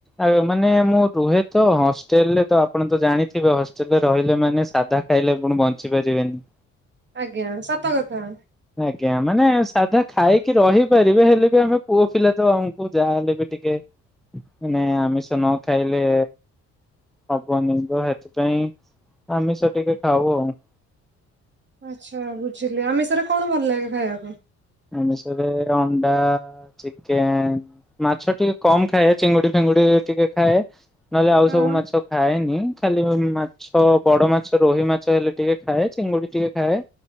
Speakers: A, in the centre; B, on the right (about 35°).
A: ଆ- ମାନେ ମୁଁ ରୁହେ ତ ହଷ୍ଟେଲରେ ତ ଆପଣ ତ ଜାଣିଥିବେ ହଷ୍ଟେଲରେ ରହିଲେ ମାନେ ସାଧା ଖାଇଲେ ପୁଣି ବଞ୍ଚି ପାରିବେନି।
B: ଆଜ୍ଞା -ସତ କଥା।
A: ଆଜ୍ଞା ମାନେ ସାଧା ଖାଇକି ରହିପାରିବେ ହେଲେ ବି ଆମେ ପୁଅ ପିଲା ତ ଆମକୁ ଯାହାହଲେ ବି ଟିକେ ମାନେ ଆମିଷ ନ ଖାଇଲେ ହବନି ତ ଏଥିପାଇଁ ଆମିଷ ଟିକେ ଖାଉ ଆଉ।
B: ଆଚ୍ଛା ବୁଝିଲି ଆମିଷରେ କଣ ଭଲ ଲାଗେ ଖାଇବା ପାଇଁ?
A: ଆମିଷରେ ଅଣ୍ଡା ଚିକେନ୍, ମାଛ ଟିକେ କମ୍ ଖାଏ ଚିଙ୍ଗୁଡି ଫିଙ୍ଗୁଡି ଟିକେ ଖାଏ। ନହେଲେ ଆଉ
B: ହଁ
A: ସବୁ ମାଛ ଖାଏନି ଖାଲି ଉଁ-ମା ମାଛ ବଡ ମାଛ ରୋହି ମାଛ ହେଲେ ଟିକେ ଖାଏ ଚିଙ୍ଗୁଡି ଟିକେ ଖାଏ।